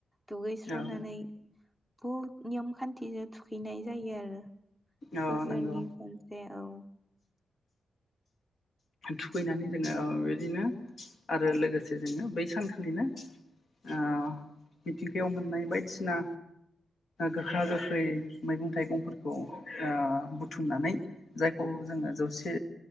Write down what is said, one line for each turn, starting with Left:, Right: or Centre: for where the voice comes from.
Centre: दुगैस्र'नानै
Left: औ
Centre: बहुद नियम खान्थिजों थुखैनाय जायो आरो
Left: औ
Centre: बोसोरनि
Left: नंगौ
Centre: खनसे औ
Left: थुखैनानै जोङो ओ बेदिनो आरो लोगोसे जोङो बै सानखालिनो ओ मिथिंगायाव मोननाय बायदिसिना गोखा गोखै मैगं थाइगंफोरखौ ओ बुथुमनानै जायखौ जोङो जौसे